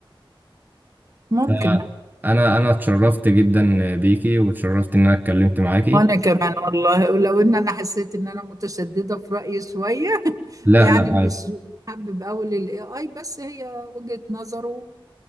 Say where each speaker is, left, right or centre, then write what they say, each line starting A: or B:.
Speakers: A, on the right; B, on the right.
A: ممكن
B: آه، انا انا اتشرفت جدا بيكي واتشرفت ان انا اتكلمت معاكي
A: وانا كمان والله ولو ان انا حسيت ان انا متشدده في رايي شويه <laughs>
B: لا
A: يعني
B: لا
A: مش
B: عادي
A: حابب اقول الاي اي بس هي وجهه نظره